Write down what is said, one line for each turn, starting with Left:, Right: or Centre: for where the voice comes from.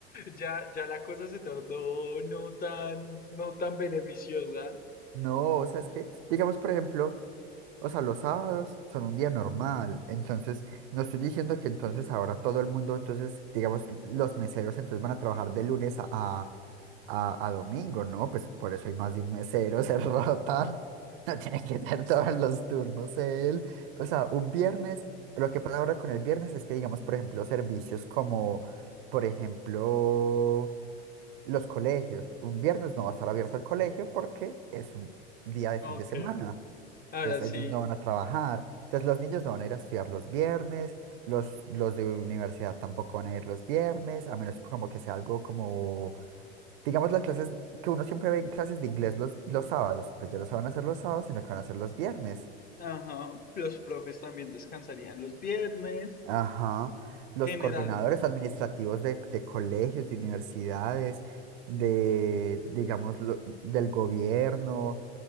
Left: ya, ya la cosa se tornó no tan, no tan beneficiosa.
Right: no, o sea, es que, digamos, por ejemplo, o sea, los sábados son un día normal. Entonces, no estoy diciendo que entonces ahora todo el mundo, entonces, digamos, los meseros entonces van a trabajar de lunes a, a, a- a domingo, ¿no? Pues por eso hay más de un mesero, se <laughs> rotan. No tiene que tener todos los turnos él. O sea, un viernes, lo que pasa ahora con el viernes es que, digamos, por ejemplo, servicios como, por ejemplo, los colegios. Un viernes no va a estar abierto el colegio porque es un día de
Left: Ok.
Right: fin de semana.
Left: Ahora
Right: Entonces
Left: sí.
Right: ellos no van a trabajar. Entonces los niños no van a ir a estudiar los viernes. Los, los de universidad tampoco van a ir los viernes, a menos como que sea algo como, digamos, las clases que uno siempre ve en clases de inglés los, los sábados, pues ya no se van a hacer los sábados, sino que van a hacer los viernes.
Left: Ajá, los profes también descansarían los viernes,
Right: Ajá. Los
Left: general,
Right: coordinadores administrativos de, de colegios, de universidades, de, digamos, lo- del gobierno,